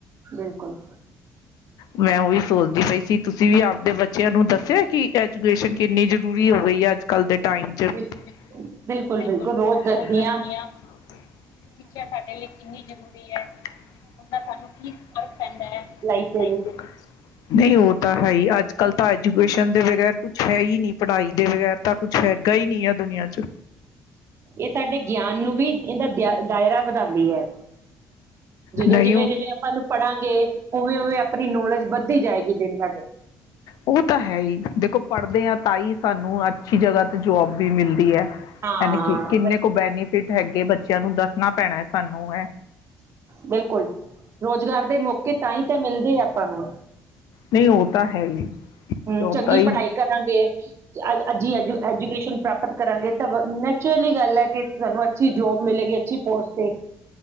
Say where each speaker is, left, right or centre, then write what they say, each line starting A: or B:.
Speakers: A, on the right; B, on the left.
A: ਬਿਲਕੁਲ,
B: ਮੈਂ ਉਹੀ ਸੋਚਦੀ ਪਈ ਤੁਸੀਂ ਵੀ ਆਪਦੇ ਬੱਚੇ ਬੱਚਿਆਂ ਨੂੰ ਦੱਸਿਆ, ਕਿ ਐਜੂਕੇਸ਼ਨ ਕਿੰਨੀ ਜ਼ਰੂਰੀ ਹੋ ਗਈ ਹੈ ਅੱਜ ਕੱਲ੍ਹ ਦੇ ਅੱਜ ਦੇ ਟਾਈਮ ਚ ਬਿਲਕੁਲ-
A: ਬਿਲ ਬਿਲਕੁਲ-ਬਿਲਕੁਲ
B: ਬਿਲਕੁਲ
A: ਰੋਜ਼ ਦੱਸਦੀ
B: ਰੋਜ ਦਸਦੀ ਹਾਂ ਸਿੱਖਿਆ ਸਾਡੇ ਲਈ ਕਿੰਨੀ ਜਰੂਰੀ ਹੈ ਉਹਦੇ ਨਾਲ ਸਾਨੂੰ ਕੀ ਫਰਕ ਪੈਂਦਾ ਹੈ ਲਾਇਫ
A: ਲਾਈਫ ਦੇ
B: ਵਿੱਚ, ਉਹ ਤਾਂ ਹੈ ਹੀ ਅੱਜ ਤਾਂ ਐਜੂਕੇਸ਼ਨ ਦੇ ਬਗ਼ੈਰ ਕੁਛ ਹੈ ਹੀ ਨਹੀਂ, ਪੜ੍ਹਾਈ ਦੇ ਬਗੈਰ ਤਾਂ ਕੁਛ ਹੈਗਾ ਹੀ ਨਹੀਂ ਹੈ ਦੁਨੀਆਂ ਚ
A: ਇਹ ਸਾਡੇ ਗਿਆਨ ਨੂੰ ਵੀ ਇਹਦਾ ਦਾਇਰਾ ਵਧਾਉਂਦੀ ਹੈ। ਜਦੋਂ
B: ਨਹੀਂ
A: ਜਿਵੇਂ
B: ਉਹ
A: ਜਿਵੇਂ ਆਪਾਂ ਇਨੂੰ ਪੜਾਂਗੇ ਉਵੇਂ ਉਵੇਂ ਆਪਣੀ ਨੌਲੇਜ ਵੱਧਦੀ ਜਾਏਗੀ ਦਿਨ ਬ ਦਿਨ
B: ਉਹ ਤਾਂ ਹੈ ਹੀ ਦੇਖੋ ਪੜ੍ਹਦੇ ਹਾਂ ਤਾਂ ਹੀ ਸਾਨੂੰ ਅੱਛੀ ਜਗ੍ਹਾ ਤੇ ਜੋਬ ਵੀ ਮਿਲਦੀ ਹੈ।
A: ਹਾਂ,
B: ਹਨ ਕਿ ਕਿੰਨੇ ਕੁ ਬੈਨੀਫਿਟ ਹੈਗੇ ਬੱਚੇ ਬੱਚਿਆਂ ਨੂੰ ਦੱਸਣਾ ਪੈਣਾ ਹੈ ਸਾਨੂੰ ਇਹ
A: ਬਿਲਕੁਲ। ਰੁਜ਼ਗਾਰ ਦੇ ਮੌਕੇ ਤਾਂ ਹੀ ਤਾਂ ਮਿਲਦੇ ਆ ਆਪਾਂ ਨੂੰ
B: ਨਹੀਂ ਉਹ ਤਾਂ ਹੈ ਹੀ
A: ਹਮ
B: ਜੋਬ
A: ਚੰਗੀ
B: ਤਾਂ ਹੀ
A: ਪੜ੍ਹਾਈ ਕਰਾਂਗੇ, ਅੱਛੀ ਐਜੂਕੇਸ਼ਨ ਪ੍ਰਾਪਤ ਕਰਾਂਗੇ ਤਾਂ ਨੈਚੁਰਲੀ ਗੱਲ ਹੈ ਕਿ ਸਾਨੂੰ ਅੱਛੀ ਜੋਬ ਮਿਲੇਗੀ ਅੱਛੀ ਪੋਸਟਪੇਡ